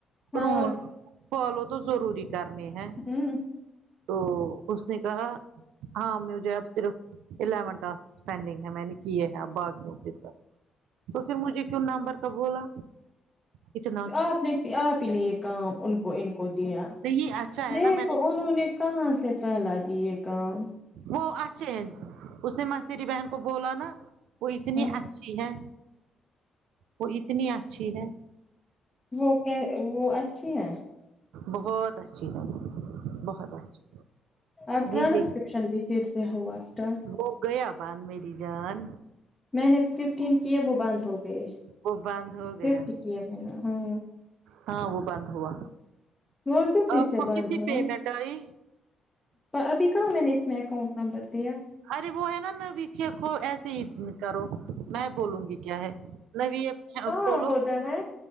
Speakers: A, on the left; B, on the right.
A: ہاں
B: رول فالو تو ضروری کرنے ہے
A: ہوں
B: تو اس نے کہا ہاں مجھے اب صرف الیون ٹاسک پینڈنگ ہے میں نے کی ہے باغیوں کے ساتھ تو پھر مجھے کیوں نمبر کا بولا اتنا
A: آپ نے آپ ہی نے یہ کام ان کو ان کو دیا
B: نہیں اچھا ہے
A: دیکھو
B: نا میں نے
A: انہوں نے کہاں سے پھیلا دیے کام
B: وہ اچھ ا اس نے مسیری بہن کو بولا نا وہ اتنی
A: ہوں
B: اچھی ہے وہ اتنی اچھی ہے
A: وہ کہ وہ اچھی ہے
B: بہت اچھی ہے وہ بہت اچھی
A: اب ٹرانسکرپشن
B: یہ یہ
A: بھی پھر سے ہوا اسٹارٹ
B: وہ گیا باند میری جان
A: میں نے ففٹین کیے وہ بند ہو گئے
B: وہ باندھ ہو
A: ففٹین
B: گیا
A: کیے میں نے ہاں
B: ہاں وہ بند ہوا
A: وہ کیوں پھر
B: آپ
A: سے
B: کو
A: بند
B: کتنی
A: ہو
B: پیمنٹ آئی
A: ابھی کہاں میں نے اس میں اکاؤنٹ نمبر دیا
B: ارے وہ ہے نا نوی کیا کو ایسے ہی کرو میں بولوں گی کیا ہے نوی کیا ایپ
A: کہاں
B: کھولو
A: ہوتا ہے